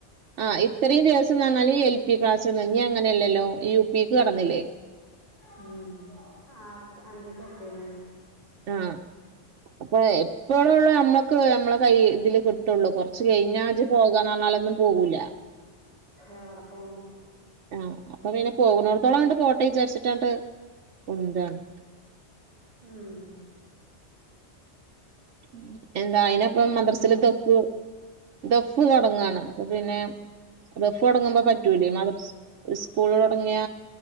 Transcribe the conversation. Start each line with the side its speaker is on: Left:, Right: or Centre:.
Right: ആ് ഇത്രയും ദിവസം എന്ന് പറഞ്ഞാൽ എൽ പി ക്ലാസ് അങ്ങനെയല്ലല്ലോ യു പിക്ക് കടന്നില്ലേ
Left: ഉം ആറ് അഞ്ചൊക്കെ പേര്
Right: ആ അപ്പൊ എപ്പോഴള്ള നമ്മ നമ്മളെ കൈ ഇതില് കിട്ടുള്ളൂ കൊറച്ച് കഴിഞ്ഞ ആജ പോകാന്നന്നാലൊന്നും പോകൂല
Left: എവിടെ പോണു
Right: ആഹ് അപ്പൊ പിന്നെ പോകുന്നടത്തോളം കണ്ട് ഫോട്ടോ വിചാരിച്ചിട്ടാണ്ട് ഉന്താണ്
Left: ഹും
Right: ഉം എന്താ അയിന്പ്പം
Left: ഇപ്പൊ ഇന്ന്
Right: മദ്രസൽ
Left: വേ
Right: തെക്ക ദഫ് തുടങ്ങുവാണ് അപ്പൊ പിന്നെ ദഫ് തുടങ്ങുമ്പോ
Left: അത്
Right: പറ്റൂലേ
Left: ശരി
Right: മാതം സ്കൂൾ തുടങ്ങിയ